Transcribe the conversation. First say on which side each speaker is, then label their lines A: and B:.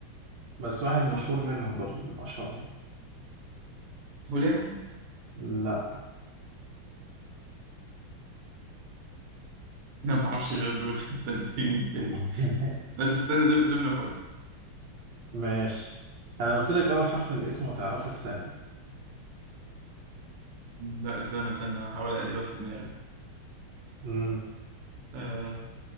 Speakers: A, on the right; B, on the right.
A: بس واحد مشهور
B: آه،
A: منهم برضو من أشهرهم
B: هولاكو
A: لا
B: أنا ما أعرفش غير دول <laughs> استنى في
A: <laughs>
B: مين تاني بس استنى سيب- سيبني أفكر
A: ماشي انا قلت لك اول حرف من اسمه هتعرفه في ثانية
B: لا استنى استنى أحاول أقلبها في دماغي
A: امم
B: آه،